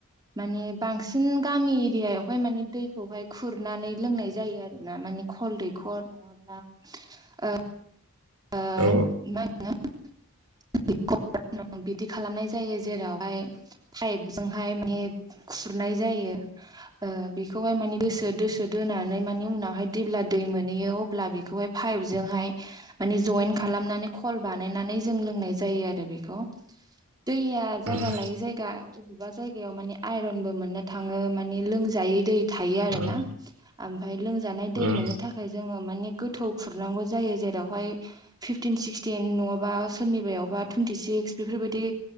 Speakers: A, on the right (about 20°); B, on the right (about 70°).
A: माने बांसिन गामि एरिया यावहाय माने दैखौ हाय खुरनानै लोंनाय जायो आरो ना माने कल दैखर नङाब्ला ओ ओ
B: औ
A: मा होनो <unintelligible> बिदि खालामनाय जायो जेराव हाय पाइप जोंहाय माने खुरनाय जायो ओ बेखौहाय माने दोसो सो दोसो दोनानै मानि उनावहाय जेब्ला दै मोनैयो अब्ला बेखौहाय पाइपजोंहाय हा मानि जयेन खालामनानै कल बानायनानै जों लोंनाय जायो आरो बेखौ दैया जायगा
B: उम
A: लायै जायगा याव बबेबा जायगायाव माने आयरनबो मोननो थाङो माने लोंजायै दै थायो आरो
B: उम
A: ना आमफाय लोंजानाय दै
B: उम
A: मोननो थाखाय जोङो मानिे गोथौ खुरनांगौ जायो जेरावहाय फिफटिन सिक्सटिन नङाबा सोरनिबायावफा टुइनटि सिक्स बेफोरबायदि